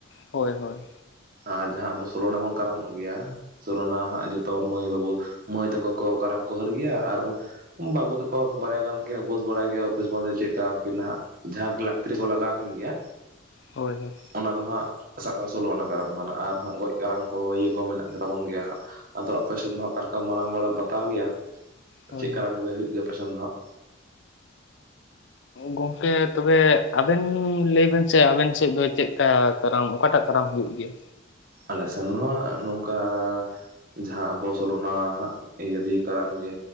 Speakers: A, on the left (about 65°); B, on the right (about 45°).
A: ᱦᱳᱭ ᱦᱳᱭ᱾
B: ᱟᱨ ᱡᱟᱸᱦᱟ ᱟᱵᱚ ᱥᱳᱞᱳ ᱟᱱᱟ ᱵᱚᱱ ᱠᱟᱨᱟᱢ ᱚᱜ ᱜᱮᱭᱟ᱾ ᱥᱳᱞᱳ ᱟᱱᱟ ᱦᱟᱸᱜ ᱡᱚᱛᱚ ᱢᱟᱹᱭ ᱵᱟᱹᱵᱩ, ᱢᱟᱹᱭ ᱛᱟᱠᱚ ᱠᱚ ᱠᱟᱨᱟᱢ ᱠᱚ ᱦᱟᱹᱨ ᱜᱮᱭᱟ, ᱟᱨ ᱵᱟᱹᱵᱩ ᱛᱟᱠᱚ ᱦᱚᱸ ᱠᱚ ᱵᱟᱨᱭᱟ ᱜᱟᱱ ᱩᱝᱠᱤᱱ ᱩᱯᱟᱹᱥ ᱵᱟᱲᱟᱭ ᱜᱮᱭᱟ᱾ ᱩᱯᱟᱹᱥ ᱵᱚ ᱞᱮ ᱪᱮᱫ ᱠᱟ ᱠᱤᱱ ᱦᱟᱸᱜ ᱡᱟᱸᱦᱟ ᱞᱟᱹᱠᱛᱤ ᱨᱮ ᱠᱚ ᱞᱟᱜᱟᱣ ᱠᱤᱱ ᱜᱮᱭᱟ᱾
A: ᱦᱳᱭ ‌ᱦᱳᱭ᱾
B: ᱚᱱᱟ ᱫᱚ ᱦᱟᱸᱜ, ᱥᱟᱵ ᱠᱟᱜ ᱢᱮ ᱥᱳᱞᱳ ᱟᱱᱟ ᱠᱟᱨᱟᱢ ᱠᱟᱱᱟ᱾ᱟᱨ ᱦᱟᱸᱜ ᱜᱚᱡ ᱠᱟᱨᱟᱢ ᱠᱚ ᱤᱭᱟᱹ ᱠᱚ ᱢᱮᱱᱟᱜ ᱜᱮ ᱛᱟᱵᱚᱱ ᱜᱮᱭᱟ ᱦᱟᱸᱜ᱾ ᱟᱫᱚ ᱟᱯᱮ ᱥᱮᱫ ᱫᱚ ᱦᱟᱸᱜ ᱚᱠᱟ ᱞᱮᱠᱟ ᱢᱟᱱᱟ ᱵᱟᱲᱟᱣ ᱵᱟᱛᱟᱣ ᱜᱮᱭᱟ,
A: ᱦᱳᱭ
B: ᱪᱮᱫ ᱠᱟᱨᱟᱢ ᱠᱚ ᱜᱮ ᱦᱳᱭᱳᱜ ᱜᱮᱭᱟ‌ᱟᱯᱮ ᱥᱮᱱ ᱫᱚ ᱦᱟᱸᱜ᱾
A: ᱜᱚᱝᱠᱮ ᱛᱚᱵᱮ ᱟᱵᱮᱱ ᱞᱟᱹᱭ ᱵᱮᱱ ᱥᱮ ᱟᱵᱮᱱ ᱥᱮᱫ ᱫᱚ ᱪᱮᱫ-ᱼ ᱚᱠᱟ ᱠᱟᱨᱟᱢ ᱚᱠᱟ ᱴᱟᱜ ᱠᱟᱨᱟᱢ ᱦᱩᱭᱩᱜ ᱜᱮᱭᱟ?
B: ᱟᱞᱮ ᱥᱮᱱ ᱦᱚᱸ ᱦᱟᱸᱜ ᱱᱚᱝᱠᱟ ᱡᱟᱸᱦᱟ ᱟᱵᱚ ᱥᱳᱞᱳ ᱟᱱᱟ ᱦᱟᱸᱜ ᱤᱭᱟᱹ ᱫᱤᱭᱟᱹ ᱠᱟᱨᱟᱢ ᱜᱮ